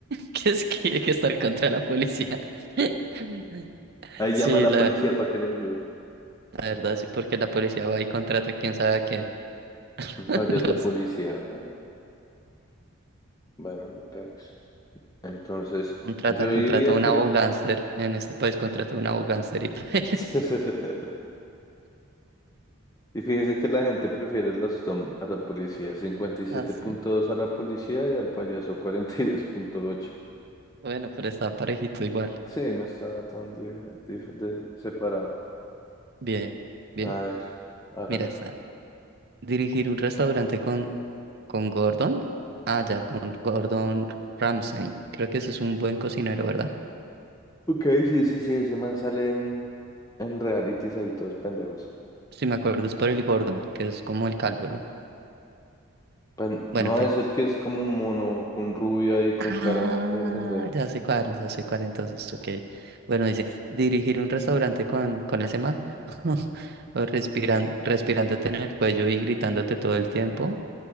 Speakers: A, on the right; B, on the left.
A: que es que, que estar contra la policía. <laughs>
B: Ahí
A: Sí,
B: llama a la
A: la,
B: policía para que le ayude.
A: La verdad, sí, porque la policía va y contrata quién sabe a quién. <laughs>
B: Un payaso
A: Los
B: policía, bueno, bueno, mi perro. Entonces,
A: contrata,
B: yo
A: contrata
B: diría
A: un
B: que
A: abogánster.
B: la...
A: En este país contrata un abogánster y <laughs> paila.
B: <laughs> Y fíjese que la gente prefiere las Tom a la policía, cincuenta y siete
A: Ah, sí.
B: punto dos a la policía y al payaso cuarenta y dos punto ocho
A: Bueno, pero está parejito igual.
B: Sí, no está tan dif- dif- de- separado.
A: Bien, bien.
B: A ver, hágale.
A: Mira esta. Dirigir un restaurante con, con Gordon. Ah, ya, con Gordon Ramsay. Creo que ese es un buen cocinero, ¿verdad?
B: Ok, sí, sí, sí, ese man sale en, en realities ahí todos pendejos.
A: Si me acuerdo, es por el Gordon, que es como el calvo, ¿no?
B: Pues
A: Bueno,
B: no
A: en fin.
B: es el que es como un mono, un rubio ahí con
A: Ah,
B: cara de pendejos.
A: ya
B: sí.
A: sé cuál, ya sé cuál entonces, ok. Bueno, dice, dirigir un restaurante con, con ese man, <laughs> o respirando, respirándote en el cuello y gritándote todo el tiempo,